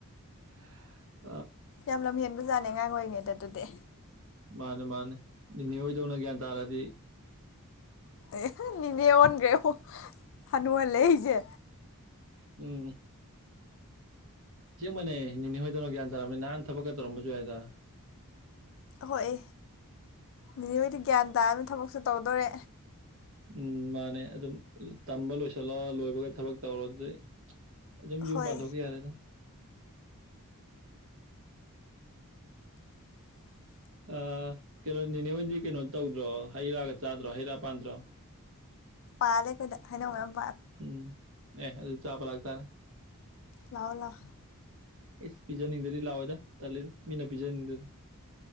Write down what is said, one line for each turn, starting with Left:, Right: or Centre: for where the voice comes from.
Right: <unintelligible>
Left: ꯌꯥꯝ ꯂꯝꯍꯦꯟꯕꯖꯥꯠꯅꯦ ꯑꯉꯥꯡ ꯑꯣꯏꯔꯤꯉꯩꯗ ꯑꯗꯨꯗꯤ
Right: ꯃꯥꯅꯦ ꯃꯥꯅꯦ ꯅꯤꯅꯦ ꯍꯣꯏꯗꯧꯅ ꯒ꯭ꯌꯥꯟ ꯇꯔꯥꯗꯤ
Left: ꯑꯦꯍ ꯅꯤꯅꯦ ꯑꯣꯟꯒ꯭ꯔꯦ ꯍꯣ ꯍꯅꯨꯍꯜꯂꯦ ꯑꯩꯁꯦ
Right: ꯎꯝ ꯑꯁꯦꯡꯕꯅꯦ ꯅꯤꯅꯦ ꯍꯣꯏꯗꯧꯅ ꯒ꯭ꯌꯥꯟ ꯇꯥꯔꯝꯗꯤ ꯅꯍꯥꯟ ꯊꯕꯛꯀ ꯇꯧꯔꯝꯕꯁꯨ ꯌꯥꯏꯗ
Left: ꯍꯣꯏ ꯑꯦ ꯅꯤꯅꯦ ꯍꯣꯏꯗꯤ ꯒ꯭ꯌꯥꯟ ꯇꯥꯝꯅ ꯊꯕꯛꯁꯨ ꯇꯧꯗꯣꯔꯦ
Right: ꯎꯝ ꯃꯥꯅꯦ ꯑꯗꯨꯝ ꯇꯝꯕ ꯂꯣꯏꯁꯤꯜꯂꯣ ꯂꯣꯏꯕꯒ ꯊꯕꯛ ꯇꯧꯔꯣ ꯑꯗꯨꯗꯤ ꯑꯗꯨꯝ ꯌꯨꯝ
Left: ꯍꯣꯏ
Right: ꯄꯥꯟꯊꯣꯛꯀꯤ ꯌꯥꯔꯦꯗ
Left: <inaudible>
Right: ꯑꯥ ꯀꯩꯅꯣ ꯅꯦꯅꯦ ꯍꯣꯏꯗꯤ ꯀꯩꯅꯣ ꯇꯧꯗ꯭ꯔꯣ ꯍꯩꯔꯥꯒ ꯆꯥꯗ꯭ꯔꯣ ꯍꯩꯔꯥ ꯄꯥꯟꯗ꯭ꯔꯣ
Left: ꯄꯥꯂꯦ ꯈꯣꯏꯗ ꯍꯩꯅꯧ ꯃꯌꯝ
Right: ꯎꯝ ꯑꯦ ꯑꯗꯨ ꯆꯥꯕ ꯂꯥꯛꯇꯥꯔꯦ
Left: ꯂꯥꯎ ꯂꯥꯎ
Right: ꯏꯁ ꯄꯤꯖꯥꯅꯤꯡꯗꯗꯤ ꯂꯥꯛꯑꯣꯏꯗ ꯇꯜꯂꯤꯗ ꯃꯤꯅ ꯄꯤꯖꯥꯅꯤꯡꯗꯗꯤ